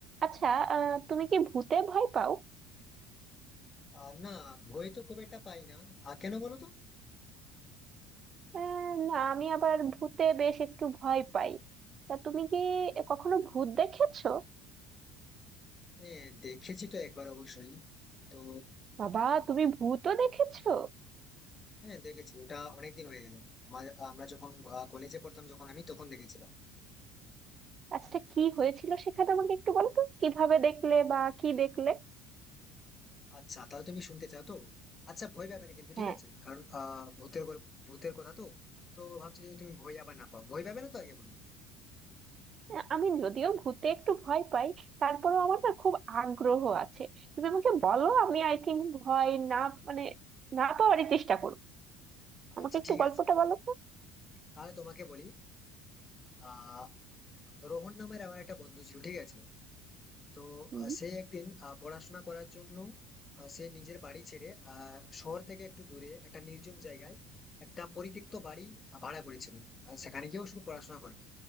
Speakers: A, on the right; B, on the left.
A: আচ্ছা আহ, তুমি কি ভূতে ভয় পাও
B: আর না ভয় তো খুব একটা পাই না আর কেন বলো তো
A: আহ, না আমি আবার ভূতে বেশ একটু ভয় পাই তা তুমি কি কখনো ভূত দেখেছো
B: হ্যাঁ দেখেছি তো একবার অবশ্যই তো
A: বাবা তুমি ভূতও দেখেছো
B: হ্যাঁ দেখেছি ওটা অনেকদিন হয়ে গেল আমার আমরা যখন কলেজে পড়তাম যখন আমি তখন দেখেছিলাম
A: আচ্ছা কি হয়েছিল সেখানে আমাকে একটু বলো তো কিভাবে দেখলে বা কি দেখলে
B: আচ্ছা তাহলে তুমি শুনতে চাও তো আচ্ছা ভয় পাবে না কিন্তু
A: হ্যাঁ
B: ঠিক আছে কারণ আহ ভূতের গল্প ভূতের কথা তো তো ভাবছি যদি তুমি ভয় আবার না পাও ভয় পাবে না তো আগে বলো
A: আহ, আমি যদিও ভূতে একটু ভয় পাই তারপরেও আমার না খুব আগ্রহ আছে তুমি আমাকে বলো আমি আই থিংক ভয় না মানে না পাওয়ারই চেষ্টা করবো আমাকে
B: আচ্ছা
A: একটু
B: ঠিক
A: গল্পটা
B: আছে
A: বলো
B: তাহলে তোমাকে বলি আহ রোহন নামের আমার একটা বন্ধু ছিল ঠিক আছে তো
A: তো
B: আহ, সে একদিন আহ, পড়াশোনা করার জন্য আহ, সে নিজের বাড়ি ছেড়ে আহ শহর থেকে একটু দূরে একটা নির্জন জায়গায় একটা পরিত্যক্ত বাড়ি আহ, ভাড়া করেছিল আর সেখানে গিয়েও শুধু পড়াশোনা করবে